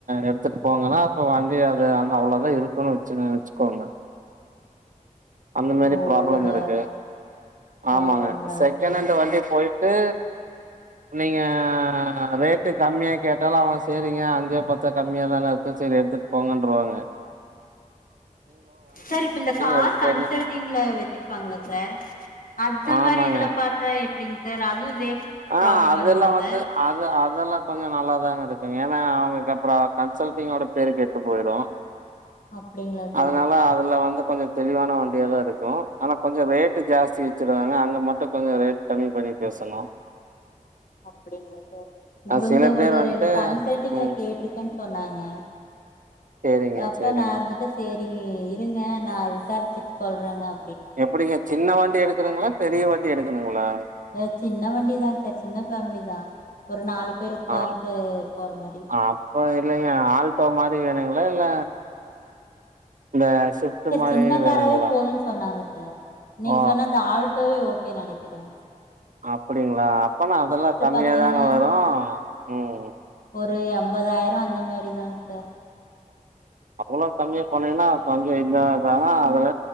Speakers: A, on the right (about 70°); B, on the left (about 80°).
A: எடுத்துட்டு போங்கன்னா அப்ப வண்டி அது வந்து அவ்ளோதா இருக்குன்னு வச்சுனு வச் சுக்கோங்க அந்த மாரி
B: ஓ
A: ப்ராப்ளம்
B: அதோட
A: இருக்கு.
B: ப்ராப்ளம்லா
A: ஆமாங்க
B: இருக்குங்களா
A: செக்கனண்டு
B: சார்
A: வண்டி போயி க்கு நீங்க ரேட்டு கம்மியா கேட்டாலு அவங்க சேரிங்க அஞ்சோ பத்தோ கம்மியாதான இருக்கு செரி எடுத்துட்டு போங்கன்ருவாங்க.
B: சார் இப்ப இந்த கார்
A: எடுத்துட்டு
B: கன்சல்டிங்ல
A: வந்து
B: வச்சிருப்பாங்கல்ல சார் அந்த
A: ஆமாங்க
B: மாரி இதுல பாத்தா எப் எப்டிங்க சார் அதுவு இதே
A: ஆ
B: ப்ராப்ளம்
A: அதெல்லா
B: வருங்களா
A: வந்து
B: சார்
A: அது அதெல்லா கொஞ்ச நல்லாதாங்க இருக்கு ஏன்னா அவங்களுக்கு அப்றோ கன்சல்டிங்கோட பேரு கெட்டு போயிரு
B: அப்டிங்களா சார்
A: அதனால அதுல வந்து கொஞ்ச தெளிவான வண்டியாதா இருக்கு. ஆனா கொஞ்ச ரேட்டு ஜாஸ்தி வச்சிருவாங்க அங்க மட்டு கொஞ்ச ரேட் கம்மி பண்ணி பேசணு.
B: அப்டிங்களா சார் இவங்க
A: அ சில பேர்
B: ஒரு
A: வந்துட்டு
B: ரெண்டு கன்சல்ட்டிங்ல
A: ம்
B: கேட்ருக்கேன்னு சொன்னாங்க
A: சரிங்க,
B: அப்ப
A: சரிங்க.
B: நா இருந்துட்டு சே ரி இருங்க நா விசாரிச்சுட்டு சொல்றேங்க அ
A: எப்பிடிங்க சின்ன வண்டி எடுக்குணுங்களா பெரிய வண் டி எடுக்கணுங்களா?
B: அ சின்ன வண்டிதா சார் சின்ன ஃபேமிலிதா. ஒரு நாலு பேர் உட்கான்ட்டு
A: ஆ
B: போற மாரி
A: ஆ அப்ப இல்லைங்க ஆல் டோ மாரி வேணுங்ளா இல்ல இந்த ஸ்விஃப்ட்
B: சார்
A: மாரி
B: சின்ன காராவே
A: வேணுங்களா?
B: போதுன்னு சொன்னாங்க சார் நீங்க
A: ஓ
B: சொன்ன அந்த ஆல்ட்டோவே ஓகே நெனைக் கிறே
A: அப்டிங்களா அப்பனா அதெல்லா கம்மியாதாங்க
B: பாத்தீங்கன்னா
A: வரு ம்
B: ஒரு எம்பதாயிரோ அந்த மாரிதாங் சார்.
A: அவ்ளோ கம்மியா போனீங்கன்னா கொஞ்சோ இதாதாங்க அதுல